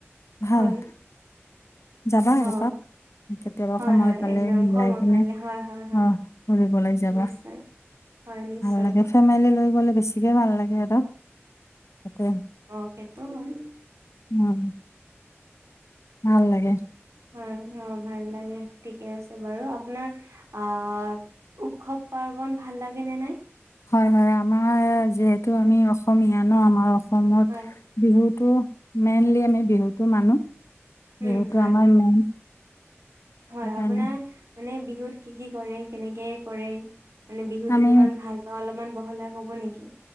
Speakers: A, on the left; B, on the right.
A: ভাল।
B: হয়।
A: যাবা
B: অ',
A: এপাক। কেতিয়াবা
B: হয়,
A: সময়
B: হয়
A: পালে
B: একদম
A: মিলাই
B: সময়
A: কিনে
B: পালে হয়, হয়, হয়
A: আহ ফুৰিবলৈ যাবা।
B: নিশ্চয়। হয়, নিশ্চয়
A: ভাল লাগে ফেমিলি লৈ গ'লে বেছিকে ভাল লাগে আৰু। তাতে
B: অ সিটো হয়।
A: উম ভাল লাগে।
B: হয় অ ভাল লাগে ঠিকে আছে বাৰু আপোনাৰ আহ উৎসৱ-পাৰ্বন ভাল লাগে নে নাই?
A: হয় হয় আমাৰ যিহেতু আমি অসমীয়া ন আমাৰ অসমত
B: হয়,
A: বিহুত টো মেইনলি আমি বিহুতটো মানো
B: উম,
A: বিহুতটো
B: হয়।
A: আমাৰ মেইন।
B: হয়
A: সেইকাৰণে
B: আপোনাৰ মানে বিহুত কি কি কৰে, কেনেকে কৰে? মানে বিহুতো
A: আমি
B: কিমান ভাল পাওঁ অলপমান বহলাই কব নেকি